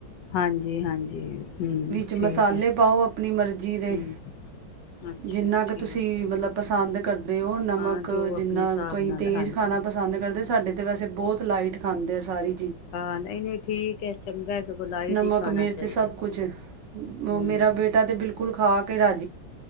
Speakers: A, on the left; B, on the right.
A: ਹਾਂਜੀ ਹਾਂਜੀ ਹੂੰ
B: ਵਿੱਚ
A: ਠੀਕ
B: ਮਸਾਲੇ
A: ਹੈ
B: ਪਾਓ ਆਪਣੀ ਮਰਜ਼ੀ ਜੀ ਦੇ
A: ਹੂੰ ਅੱਛਾ
B: ਜਿੰਨਾ ਕੁ
A: ਠੀਕ
B: ਤੁਸੀਂ
A: ਹੈ
B: ਮਤਲਬ ਪਸੰਦ ਕਰਦੇ ਹੋ। ਹੁਣ ਨਮਕ
A: ਹਾਂ ਜੋ
B: ਜਿੰਨਾ
A: ਆਪਣੇ ਹਿਸਾਬ
B: ਕਈ
A: ਨਾਲ
B: ਤੇਜ਼
A: ਹਾਂਜੀ
B: ਖਾਣਾ ਪਸੰਦ ਕਰਦੇ ਸਾਡੇ ਤੇ ਵੈਸੇ ਬਹੁਤ ਲਾਈਟ ਖਾਂਦੇ ਆ ਸਾਰੇ।
A: ਹਾਂ ਨਹੀਂ-ਨਹੀਂ ਠੀਕ ਹੈ ਚੰਗਾ ਸਗੋਂ ਲਾਈਟ
B: ਨਮਕ
A: ਹੀ ਖਾਣਾ
B: ਮਿਰਚ
A: ਚਾਹੀਦਾ।
B: ਸਭ ਕੁਛ
A: ਹੂੰ
B: ਮੇਰਾ ਬੇਟਾ ਤੇ ਬਿਲਕੁਲ ਖਾ ਕੇ ਰਾਜੇ